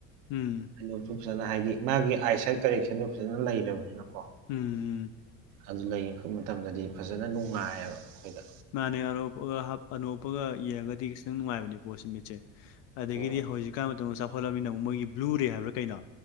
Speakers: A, on the left (about 45°); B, on the right (about 55°).
A: ꯎꯝ
B: ꯀꯩꯅꯣꯇꯨ ꯐꯖꯅ ꯍꯥꯏꯗꯤ ꯃꯥꯒꯤ ꯑꯥꯏ ꯁꯥꯏꯠ ꯀꯔꯦꯛꯁꯟꯗꯨ ꯐꯖꯅ ꯂꯩꯔꯕꯅꯤꯅꯀꯣ
A: ꯎꯝ
B: ꯑꯗꯨꯅ ꯌꯦꯡꯉꯛꯄ ꯃꯇꯝꯗꯗꯤ ꯐꯖꯅ ꯅꯨꯡꯉꯥꯏꯌꯦꯕ ꯑꯩꯈꯣꯏꯗ
A: ꯃꯥꯅꯦ ꯑꯅꯣꯞ ꯎꯞꯄꯒ ꯍꯥꯞ ꯑꯅꯣꯞ ꯎꯞꯄꯒ ꯌꯦꯡꯉꯒꯗꯤ ꯈꯤꯁꯇꯪ ꯅꯨꯡꯉꯥꯏꯕꯅꯦ ꯄꯣꯠ ꯁꯤ ꯃꯤꯠꯁꯦ ꯑꯗꯒꯤꯗꯤ
B: ꯎꯝ
A: ꯍꯧꯖꯤꯛꯀꯥꯟ ꯃꯇꯝꯗ ꯆꯥꯎꯈꯠꯂꯃꯤꯅ ꯑꯃꯨꯛ ꯃꯣꯏꯒꯤ ꯕ꯭ꯂꯨꯨ ꯔꯦ ꯍꯥꯏꯕ꯭ꯔꯥ ꯀꯩꯅꯣ